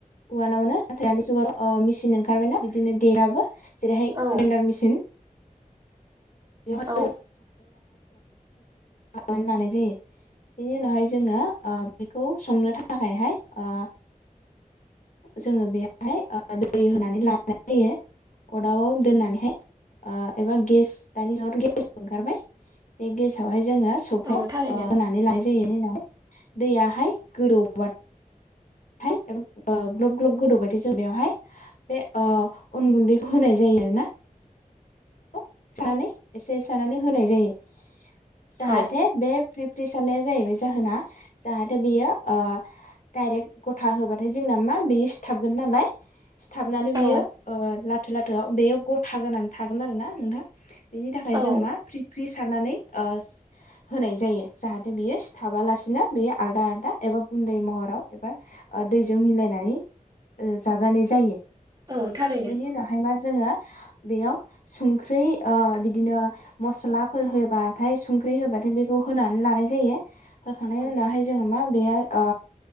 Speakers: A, on the left; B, on the right.
A: उवालावनो नाथाय दानि जुगाव अ मिसिन ओंखारबायना बिदिनो <unintelligible> जेरैहाय
B: औ
A: लेन्दार मेसिन। <unintelligible> <unintelligible> जायो
B: औ
A: बेनि उनावहाय जोङो ओ बेखौ संनो थाखायहाय ओ जोङो बेयावहाय ओ दै होनानै लानाय जायो। अरदाबाव दोननानैहाय एबा गेस दानि <unintelligible>
B: औ
A: बाय। बे गेस आव हाय जोङो सौफाय
B: औ थारैनो
A: होनानै लानाय जायो उनाव दैयाहाय गोदौब्बा थाय ओ ग्लब ग्लब गोदौबायथाय जों बेवहाय बे ओ अन गुन्दैखौ होनाय जायो आरोना। औ सानै एसे सानानै होनाय जायो। जाहाथे
B: औ
A: बे फ्रि सारनाया जाहैबाय जाहोना जाहाथे बियो डाइरेक्ट गथा होबाथाय जोंना मा बेयो सिथाबगोन नालाय, सिथाबनानै बियो
B: औ
A: लाथो लाथोआव बेयो गथा जानानै थाग <unintelligible> ना नोंथां। बिनि थाखाय
B: औ
A: जों मा फ्रि ख्रि सारनानै ओस होनाय जायो। जाहाथे बियो सिथाबालासिनो बेयो आलदा आलदा एबा गुन्दै महराव एबा ओ दैजों मिलायनानै ओ जाजानाय जायो।
B: औ थारैनो
A: बिनि उनावहाय मा जोंङो बेयाव संख्रै ओ बिदिनो मस्लाफोर होबाथाय संख्रै होबाथाय बेखौ होनानै लानाय जायो। होखांनायनि
B: औ
A: उनावहाय जोंङो मा बेयाव ओ